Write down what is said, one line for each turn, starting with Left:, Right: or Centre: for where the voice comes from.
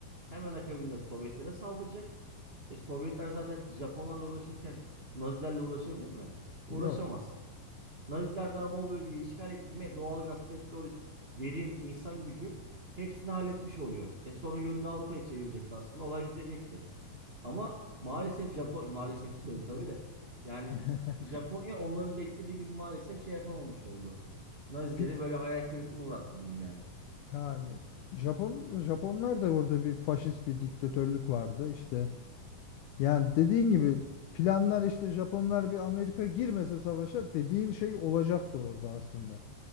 Right: Hemen akabinde Sovyetlere saldıracak. E Sovyetler zaten Japonlarla uğraşırken Nazilerle uğraşabilir mi? Uğraşamaz.
Left: Yok.
Right: Naziler daha bu bölgeyi işgal etti mi doğalgaz, petrol, verim, insan gücü hepsini halletmiş oluyor. E sonra yönünü Avrupa'ya çevirecekti aslında. Olay bitecekti. Ama maalesef Japonya maalesef diyorum tabii de. Yani
Left: <laughs>
Right: Japonya onların beklediği gibi maalesef şey yapamamış oldu. Nazileri
Left: Pi-
Right: böyle hayal kırıklığına uğrattı diyeyim yani.
Left: Yani Japon Japonlar da orada bir faşist bir diktatörlük vardı. İşte Yani dediğin gibi planlar işte Japonlar bir Amerika girmese savaşa dediğin şey olacaktı orada aslında.